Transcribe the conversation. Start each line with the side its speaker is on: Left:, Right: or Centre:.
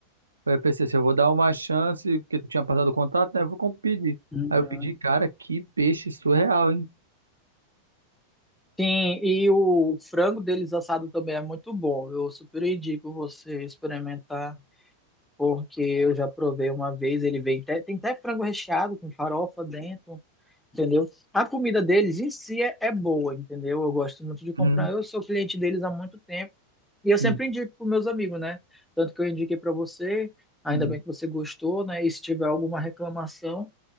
Right: Aí eu pensei assim, eu vou dar uma chance, porque tu tinha passado o contato, né? Eu vou com- pedir.
Centre: Uhum.
Right: Aí eu pedi, cara, que peixe surreal, hein?
Centre: Sim, e o frango deles assado também é muito bom. Eu super indico você experimentar, porque eu já provei uma vez. Ele vem até- tem até frango recheado com farofa dentro, entendeu? A comida deles em si é, é boa, entendeu? Eu gosto muito de comprar.
Right: Hum,
Centre: Eu sou cliente deles há muito tempo e eu sempre
Right: hum,
Centre: indico para meus amigos, né? Tanto que eu indiquei para você, ainda
Right: hum,
Centre: bem que você gostou, né? E se tiver alguma reclamação.